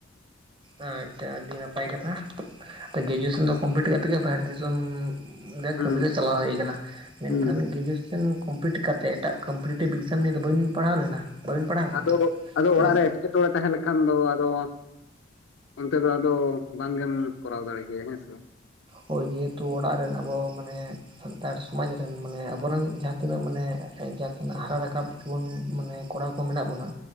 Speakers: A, on the right; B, on the left.
A: ᱟᱪᱪᱷᱟ ᱟᱹᱰᱤ ᱱᱟᱯᱟᱭ ᱠᱟᱛᱷᱟ ᱜᱨᱮᱡᱩᱭᱮᱥᱚᱱ ᱫᱚ ᱠᱚᱢᱯᱞᱤᱴ ᱠᱟᱜ ᱛᱮᱜᱮ ᱵᱟᱦᱨᱮ ᱫᱤᱥᱚᱢ ᱚᱸᱰᱮ
B: ᱦᱩᱸ
A: ᱠᱟᱹᱢᱤ ᱨᱮ ᱪᱟᱞᱟᱣ ᱦᱩᱭ ᱠᱟᱱᱟ ᱢᱮᱱᱠᱷᱟᱱ
B: ᱦᱩᱸ
A: ᱜᱨᱮᱡᱩᱭᱮᱥᱚᱱ ᱠᱚᱢᱯᱞᱤᱴ ᱠᱟᱛᱮ ᱮᱴᱟᱜ ᱠᱚᱢᱯᱤᱴᱤᱴᱤᱵᱽ ᱮᱠᱡᱟᱢ ᱱᱤᱭᱮ ᱫᱚ ᱵᱟᱹᱵᱤᱱ ᱯᱟᱲᱦᱟᱣ ᱞᱮᱱᱟ ᱵᱟᱹᱵᱤᱱ ᱯᱟᱲᱦᱟᱣ ᱟᱠᱟᱱᱟ
B: ᱟᱫᱚ ᱟᱫᱚ
A: ᱛᱮ
B: ᱚᱲᱟᱜ ᱨᱮ ᱮᱸᱴᱠᱮᱴᱚᱬᱮ ᱛᱟᱦᱮᱸ ᱞᱮᱠᱷᱟᱱ ᱫᱚ ᱟᱫᱚ ᱚᱱᱛᱮ ᱫᱚ ᱟᱫᱚ ᱵᱟᱝ ᱜᱮᱢ ᱠᱚᱨᱟᱣ ᱫᱟᱲᱮ ᱠᱮᱭᱟ ᱦᱮᱸᱥᱮ ᱵᱟᱝ᱾
A: ᱦᱳᱭ ᱡᱮᱦᱮᱛᱩ ᱚᱲᱟᱜ ᱨᱮᱱ ᱟᱵᱚ ᱢᱟᱱᱮ ᱱᱮᱛᱟᱨ ᱥᱚᱢᱟᱡᱽ ᱨᱮᱱ ᱢᱟᱱᱮ ᱟᱵᱚᱨᱮᱱ ᱡᱟᱦᱟᱸ ᱛᱤᱱᱟᱹᱜ ᱢᱟᱱᱮ ᱡᱟᱦᱟᱸ ᱛᱤᱱᱟᱹᱜ ᱦᱟᱨᱟ ᱨᱟᱠᱟᱵ ᱡᱩᱣᱟᱹᱱ ᱢᱟᱱᱮ ᱠᱚᱲᱟ ᱠᱚ ᱢᱮᱱᱟᱜ ᱵᱚᱱᱟ